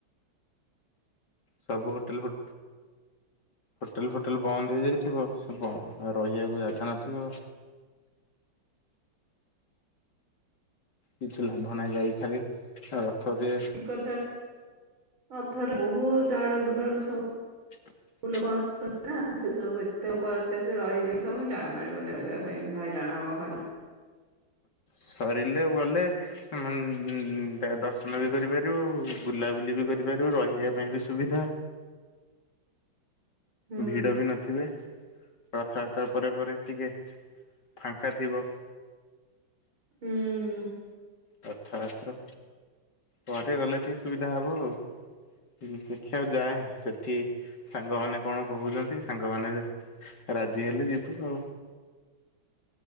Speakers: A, on the left; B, on the right.
A: ସବୁ ହୋଟେଲ ଫ ହୋଟେଲ ଫୋଟେଲ ବନ୍ଦ ହେଇଯାଇଥିବ ସେ ରହିବାକୁ ଜାଗା ନଥିବ କିଛି ଲାଭ ନାହିଁ ଯାଇ ଖାଲି ରଥରେ
B: ଥା ଅଥର ବହୁ ଜାଡ ଦୂରରୁ ସବୁ
A: ହଁ
B: ଲୋକ ଆସୁଛନ୍ତି ନା ସେ ସବୁ ଏତେ ଲୋକ ଆସେ ଯେ ରହିଯିବ ସବୁ ଯାହା ମିଳିବନ ରହିବା ପାଇଁ ହଇରାଣ ହବ କହିଲ
A: ସରିଲେ ଗଲେ ଦର୍ଶନ ବି କରିପାରିବୁ ବୁଲାବୁଲି ବି କରିପାରିବୁ ରହିବା ପାଇଁ ବି ସୁବିଧା
B: ହୁଁ
A: ଭିଡ଼ ବି ନଥିବେ ରଥବାର୍ତ୍ତା ପରେ ପରେ ଟିକେ ଫାଙ୍କା ଥିବ
B: ହୁଁ ହୁଁ
A: ରଥାବାତ୍ର ପରେ ଗଲେ ଟିକିେ ସୁବିଧା ହେବ ଆଉ ଦେଖିବାକୁ ଯାଏ ସେଠି ସାଙ୍ଗମାନେ କଣ କହୁଛନ୍ତି ସାଙ୍ଗମାନେ ରାଜି ହେଲେ ଯିବୁ ଆଉ